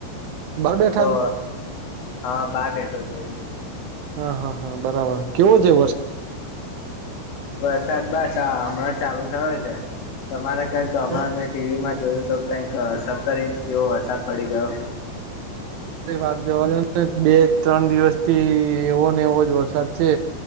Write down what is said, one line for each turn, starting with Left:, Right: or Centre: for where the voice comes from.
Right: બહાર બેઠા
Left: તો
Right: છો
Left: હા બાર બેઠો છો એટલે
Right: હા હા હા બરાબર કેવો જે વર
Left: વરસાદ બસ હા હમણાં ચાલુ થયો છે તમારે કઈક હમણાં
Right: હા?
Left: ન ટીવીમાં જોયું તો કંઈક સત્તર ઇંચ જેવો વરસાદ પડી ગયો
Right: વાત જવાનીને બે ત્રણ દિવસથી એવો ને એવો જ વરસાદ છે